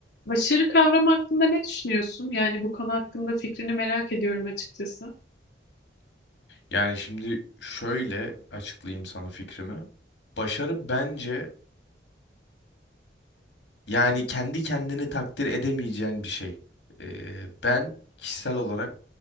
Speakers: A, on the left; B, on the left.
A: Başarı kavramı hakkında ne düşünüyorsun? Yani bu konu hakkında fikrini merak ediyorum açıkçası.
B: Yani şimdi şöyle açıklayayım sana fikrimi. Başarı bence yani kendi kendini takdir edemeyeceğin bir şey. Ee, ben kişisel olarak